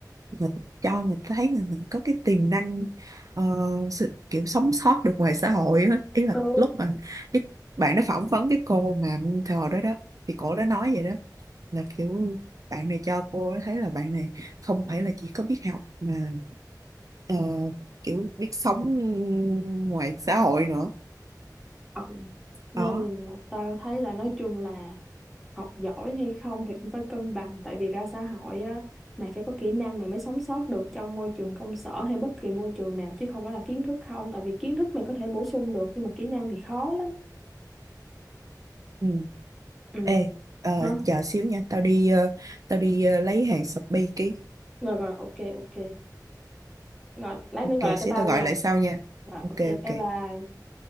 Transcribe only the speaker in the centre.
ừ
Ừ. Nên
là tao thấy là nói chung là học giỏi hay không thì cũng phải cân bằng tại vì ra xã hội á mày phải có kỹ năng mày mới sống sót được trong môi trường công sở hay bất kỳ môi trường nào chứ không phải là kiến thức không tại vì kiến thức mày có thể bổ sung được nhưng mà kỹ năng thì khó lắm
ừ
hả
rồi rồi ok ok rồi lát
nữa gọi lại
cho tao
nha
rồi
ok bye
bye